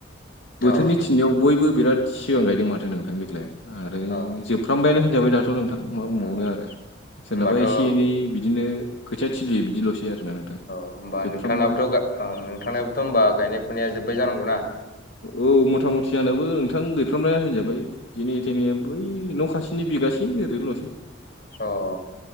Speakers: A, on the left; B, on the left.
A: बोथोरनि
B: औ
A: थिननाययाव बयबो बिराद सिगां गायदों माथो नोंथां दग्लाय। आरो
B: औ
A: जोबफ्रामबायानो होनजाबाय दा थ' नोंथां मा बुंबावनो
B: ओ
A: आरो। सोरनाबा
B: होमबाथ'
A: एसे
B: ओ
A: एनै बिदिनो खोथिया थिलियो बिदिल'सै आरो ना नोंथां।
B: ओमबा
A: जोबफ्रामबायानो
B: नोंथांनाबोथ' गा ओ नोंथांनाबोथ' होमबा गायनाय फुनाया जोबबाय जानांगौ ना?
A: औ मथा मथि आंनाबो नोंथां गैफ्रामनाया होनजाबाय। जेने थेने बै न' खासेनि बिगासे ओरैनोल'सै।
B: अ'